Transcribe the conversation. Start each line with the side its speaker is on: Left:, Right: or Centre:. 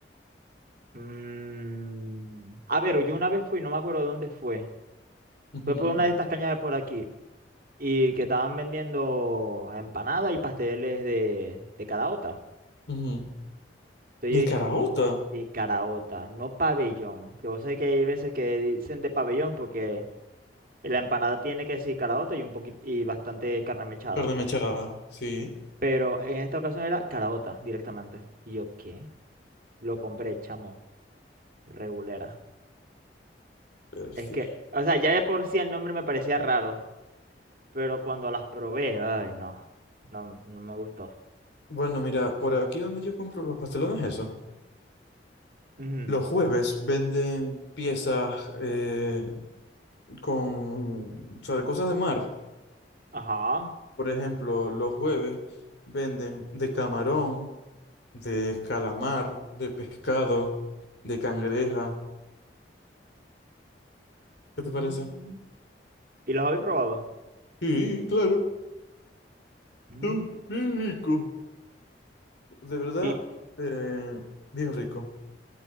Right: Mm, a ver, yo una vez fui, no me acuerdo de dónde fue.
Left: Ujú,
Right: Fue por una de estas cañas de por aquí. Y que estaban vendiendo empanadas y pasteles de, de caraota.
Left: ujú.
Right: Entonces yo
Left: De
Right: dije,
Left: caraota,
Right: de caraota, no pabellón. Que vos sabés que hay veces que dicen de pabellón porque La empanada tiene que decir caraota y un poquito y bastante carne mechada.
Left: carne mechada, sí.
Right: Pero en esta ocasión era caraota directamente. Y yo, ¿qué? Lo compré, chamo. Regulera.
Left: Bestia.
Right: Es que, o sea, ya de por sí el nombre me parecía raro. Pero cuando las probé, ay, no. No, no me gustó.
Left: Bueno, mira, por aquí donde yo compro los pastelones, eso.
Right: Ujú.
Left: Los jueves venden piezas eh, con, o sea, de cosas de mar.
Right: Ajá.
Left: Por ejemplo, los jueves venden de camarón, de calamar, de pescado, de cangreja. ¿Qué
Right: Mm.
Left: te parece?
Right: ¿Y los habéis probado?
Left: Sí, claro,
Right: Mm.
Left: son bien rico. De verdad,
Right: Y,
Left: eh, bien rico.